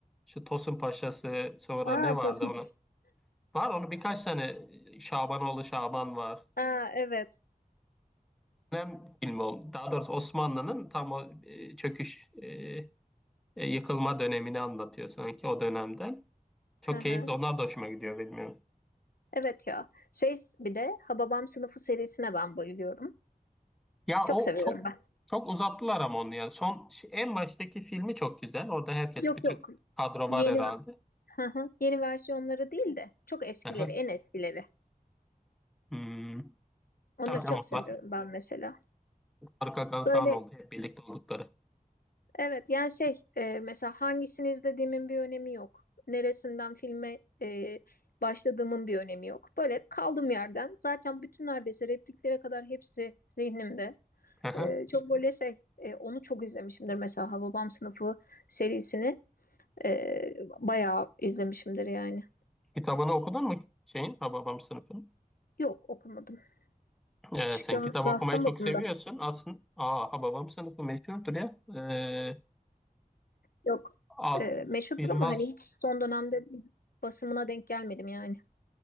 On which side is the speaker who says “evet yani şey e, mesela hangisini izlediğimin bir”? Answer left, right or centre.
Left